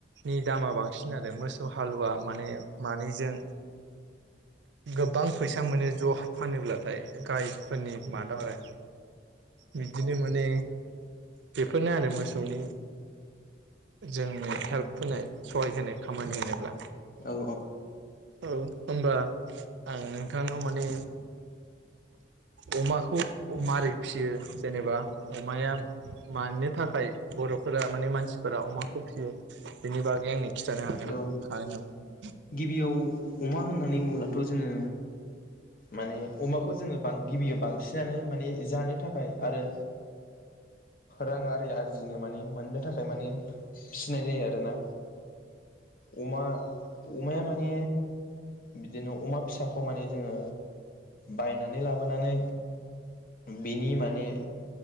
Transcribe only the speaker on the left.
औ
औ
गिबियाव अमा होननानै बुङोब्लाथ' जोङो माने अमाखौ जोङो गिबियाव बांसिनानो माने जानो थाखाय आरो रां आरि आरजिनो माने मोननो थाखाय माने फिसिनाय जायो आरोना। अमा अमाया माने बिदिनो अमा फिसाखौ माने जोङो बायनानै लाबोनानै बिनि माने